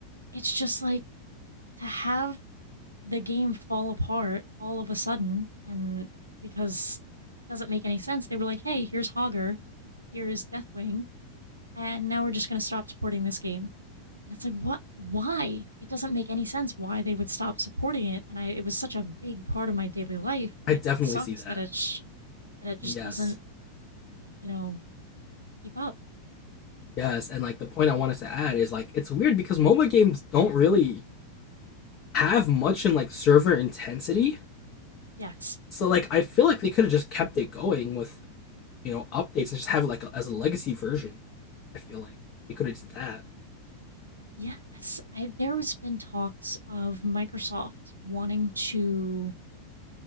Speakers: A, on the right (about 80°); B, on the left (about 35°).
A: it's just like to have the game fall apart all of a sudden and because it doesn't make any sense they were like hey here's hogger here's deathwing and now we're just going to stop supporting this game and it's like what why it doesn't make any sense why they would stop supporting it and i it was such a big part of my daily life and
B: I definitely
A: it sucks
B: see that.
A: that it sh- that it just
B: Yes.
A: doesn't you know keep up
B: Yes, and like the point I wanted to add is like it's weird because MOBA games don't really have much in like server intensity.
A: yes
B: So like I feel like they could have just kept it going with, you know, updates and just have it like a, as a legacy version. I feel like they could have did that.
A: yes I, there has been talks of microsoft wanting to